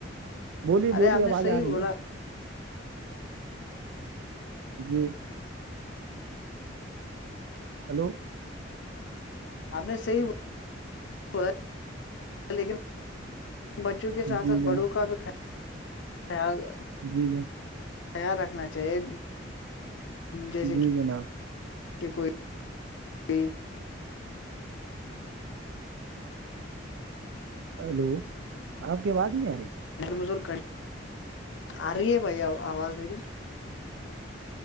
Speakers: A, on the right (about 75°); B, on the left (about 70°).
A: بولی
B: ارے
A: بولی
B: آپ نے
A: آواز
B: صحیح
A: آ رہی
B: بولا
A: ہے جی ہیلو
B: آپ نے صحیح ب لیکن بچوں کے ساتھ
A: جی
B: ساتھ
A: جناب
B: بڑوں کا بھی خیال
A: جی جر
B: خیال رکھنا چاہیے جیسے
A: جی
B: کہ
A: جناب
B: کہ کوئی کو
A: ہلو آپ کی آواز نہیں آ رہی
B: مزورڑ آ رہ ہے بھائی آواز میری